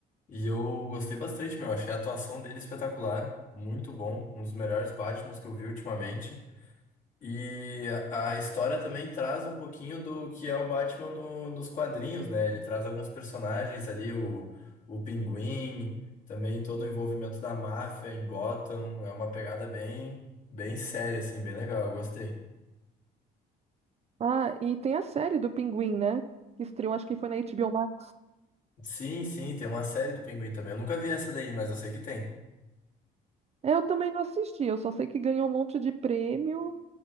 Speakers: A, on the left; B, on the right.
A: E eu gostei bastante, meu. Achei a atuação dele espetacular, muito bom, um dos melhores Batmans que eu vi ultimamente. E a a história também traz um pouquinho do que é o Batman no- nos quadrinhos, né? Ele traz alguns personagens ali, o, o Pinguim, também todo o envolvimento da máfia em Gotham. É uma pegada bem, bem séria, assim, bem legal. Eu gostei.
B: Ah, e tem a série do Pinguim, né? Que estreou, acho que foi na HBO Max.
A: Sim, sim, tem uma série do Pinguim também. Eu nunca vi essa daí, mas eu sei que tem.
B: É, Eu também não assisti, eu só sei que ganhou um monte de prêmio